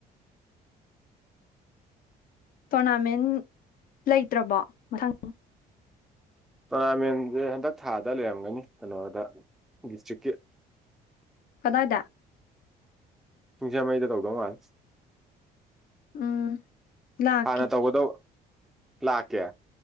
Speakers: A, on the left; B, in the centre.
A: ꯇꯣꯔꯅꯥꯃꯦꯟ ꯂꯩꯇ꯭ꯔꯕꯣ ꯃꯊꯪ
B: ꯇꯣꯔꯅꯥꯃꯦꯟꯖꯦ ꯍꯟꯗꯛ ꯊꯥꯗ ꯂꯩꯔꯝꯒꯅꯤ ꯀꯩꯅꯣꯗ ꯗꯤꯁꯇ꯭ꯔꯤꯛꯀꯤ
A: ꯀꯗꯥꯏꯗ
B: ꯁꯤꯡꯖꯃꯩꯗ ꯇꯧꯗꯧ ꯃꯥꯜꯂꯦ
A: ꯎꯝ ꯂꯥꯛꯀꯦ
B: ꯍꯥꯟꯅ ꯇꯧꯒꯗꯧ ꯂꯥꯛꯀꯦ